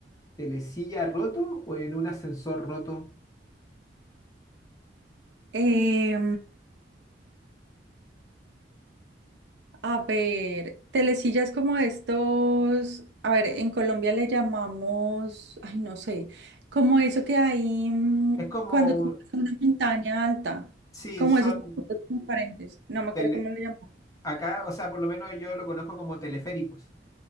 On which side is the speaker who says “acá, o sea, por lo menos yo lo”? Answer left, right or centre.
Left